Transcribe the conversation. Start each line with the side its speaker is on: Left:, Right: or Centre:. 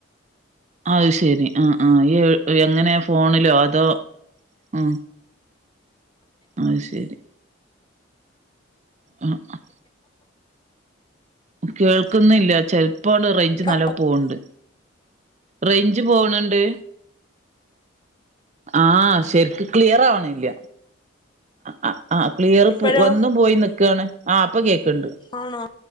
Right: അത് ശരി ആ ആ ഈ എങ്ങനെ ഫോണിലോ അതോ ഉ അത് ശരി ആ ഹ് കേൾക്കുന്നില്ല ചെിലപ്പോടെ റേഞ്ച്
Left: ആ
Right: നല്ല പോകുന്നുണ്ട് റേഞ്ച് പോകുന്നുണ്ട്. ആശരിക്കും ക്ലിയർ ആവണില്ല ആ ആ ക്ലിയർ
Left: ഇപ്പഴോ
Right: വന്നും പോയി നക്കുവയാണ് ആ ഇപ്പം കേൾക്കുന്നുണ്ട്.
Left: ആണോ.